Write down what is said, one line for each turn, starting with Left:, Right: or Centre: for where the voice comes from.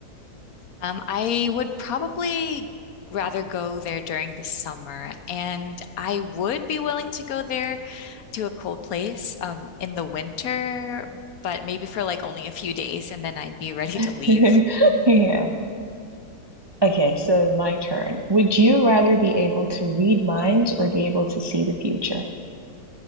Left: Um, I would probably rather go there during the summer, and I would be willing to go there to a cold place um, in the winter, but maybe for like only a few days and then I'd be ready
Right: <laughs>
Left: to leave.
Right: Yeah. Okay, so my turn. Would you rather be able to read minds or be able to see the future?